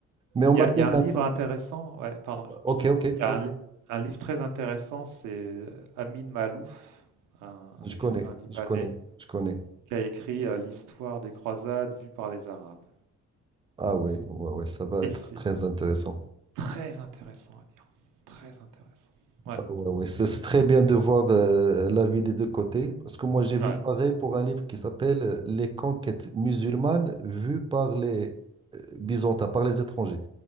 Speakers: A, on the right; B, on the right.
A: Mais on
B: il
A: m'appelle
B: y a, il y a
A: maintenant.
B: un livre intéressant. Ouais, pardon,
A: Ok,
B: je te coupe.
A: ok,
B: Il y a
A: ok.
B: un, un livre très intéressant, c'est euh, Amin Malouf, un, un
A: Je
B: écrivain
A: connais,
B: libanais,
A: je connais, je connais.
B: qui a écrit euh, l'histoire des croisades vue par les Arabes.
A: Ah oui, ouais, ouais, ça va
B: Et
A: être
B: c'est
A: très intéressant.
B: très intéressant à lire. Très intéressant. Ouais.
A: Ah ouais, ouais, C'est c'est très bien de voir euh, l'avis des deux côtés, parce que moi j'ai vu
B: Ouais.
A: pareil pour un livre qui s'appelle euh, Les conquêtes musulmanes vues par les euh, Byzantins, par les étrangers,